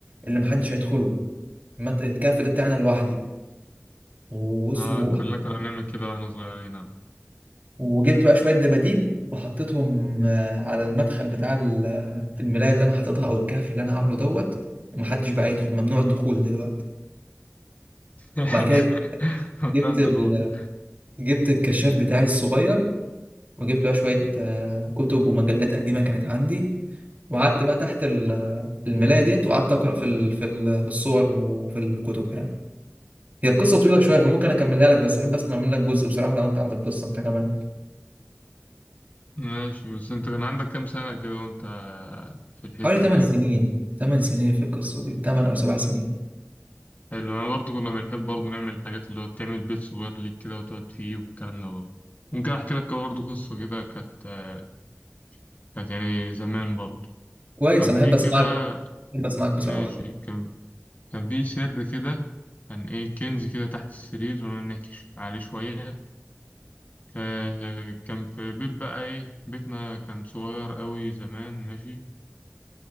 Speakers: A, on the right; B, on the left.
A: اللي محدش هيدخله المت- الكهف ده بتاعنا لوحدي وبص
B: آه
A: و...
B: كلنا كنا بنعمل كده وإحنا صغيرين أهو.
A: وجبت بقى شوية دباديب وحطيتهم آه، على المدخل بتاع ال- آه، الملاية اللي انا حاططها او الكهف اللي انا عامله دوت ومحدش بقى يدخل ممنوع الدخول دلوقتي
B: <laughs>
A: وبعد كده
B: والله
A: جبت
B: الضغوط
A: ال... جبت الكشاف بتاعي الصغير وجبت بقى شوية آه، كتب ومجلات قديمة كانت عندي وقعدت بقى تحت ال- الملاية ديت وقعدت أقرأ في ال- في ال- في الصور وفي الكتب يعني هي القصة طويلة شوية فممكن أكملها لك بس أحب أسمع منك جزء بصراحة لو أنت عندك قصة أنت كمان
B: ماشي بس أنت كان عندك كام سنة كده وأنت في الحتة
A: حوالي 8
B: دي
A: <laughs> سنين 8 سنين في القصة دي 8 أو 7 سنين
B: حلو أنا برضو كنا بنحب برضو نعمل الحاجات اللي هو تعمل بيت صغير ليك كده وتقعد فيه والكلام ده برضو ممكن أحكي لك برضو قصة كده كانت آه، كانت يعني زمان برضو
A: كويس
B: كان
A: أنا
B: في
A: أحب أسمعك
B: كده
A: أحب أسمعك بصراحة
B: ماشي كان كان في سر كده كان إيه كنز كده تحت السرير ونكش عليه شوية آه، كان في بيت بقى إيه بيتنا كان صغير أوي زمان ماشي